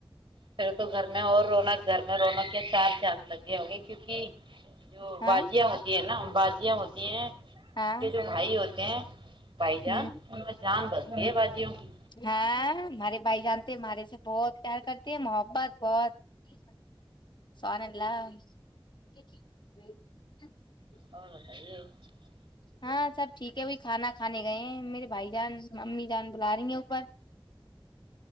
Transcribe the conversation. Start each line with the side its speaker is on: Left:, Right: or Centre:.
Right: پھر تو گھر میں اور رونا گھر میں روونوں کے چار چاند لگے ہو گے کیونکہ جو
Left: ہاں
Right: باازیا ہوتی ہے نہا بادیاں ہوتی ہیں ان
Left: ہاں
Right: کے جو بھائی ہوتے ہیں بھائی جان
Left: ہ
Right: ان میں جان بستی ہے باجیوں کی
Left: ہاں ہمارے بھائی جانتے ہمارے سے بہت پیار کرتے بس بہت <unintelligible> سونےلہ <unintelligible> <inaudible>
Right: ہ خئی <unintelligible>
Left: ہاں سب ٹھیک ہے وہی کھانا کھانے گئے ہیں میرے بھائی جان ممی جان بلا رہی ہیں اوپر